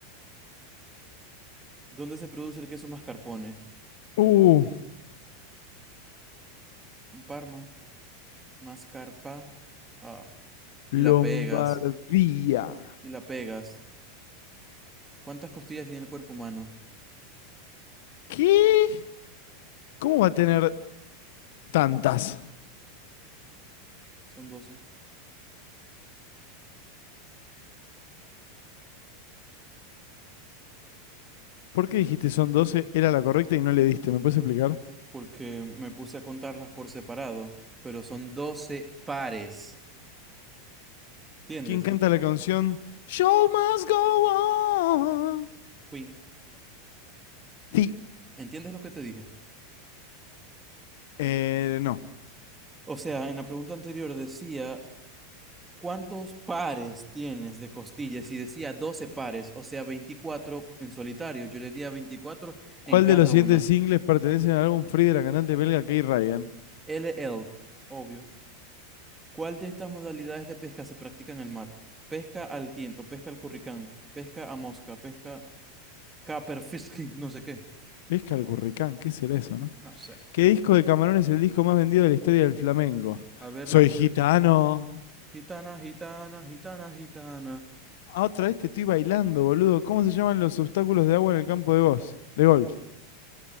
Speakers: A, on the right; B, on the left.
A: ¿Dónde se produce el queso mascarpone?
B: Uh,
A: En Parma. Mascarpa. Ah,
B: Lombardía.
A: y la pegas. Y la pegas. ¿Cuántas costillas tiene el cuerpo humano?
B: ¿Qué? ¿Cómo va a tener tantas?
A: Son doce.
B: ¿Por qué dijiste son doce? Era la correcta y no le diste. ¿Me puedes explicar?
A: Porque me puse a contarlas por separado, pero son 12 pares. ¿Entiendes?
B: ¿Quién canta la canción Show Must Go On.
A: Queen,
B: Sí.
A: ¿entiendes lo que te dije?
B: Eh, no.
A: O sea, en la pregunta anterior decía ¿Cuántos pares tienes de costillas? Y decía 12 pares, o sea, 24 en solitario. Yo le di a 24
B: ¿Cuál
A: en cada
B: de los siguientes
A: una.
B: singles pertenece al álbum Free de la cantante belga Kay Ryan?
A: LL, obvio. ¿Cuál de estas modalidades de pesca se practica en el mar? Pesca al tiento, pesca al curricán, pesca a mosca, pesca caperfisk, <laughs> no sé qué.
B: Pesca al curricán, ¿qué será eso, no?
A: No sé.
B: ¿Qué disco de Camarón es el disco más vendido de la historia del flamenco?
A: A ver
B: Soy
A: las
B: gitano.
A: yo- gitana, gitana, gitana, gitana.
B: Ah, otra vez te estoy bailando, boludo. ¿Cómo se llaman los obstáculos de agua en el campo de golf? De golf.